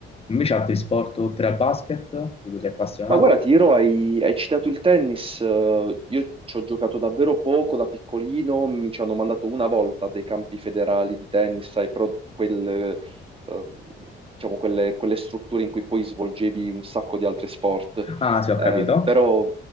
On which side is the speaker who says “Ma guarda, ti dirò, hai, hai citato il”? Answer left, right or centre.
Right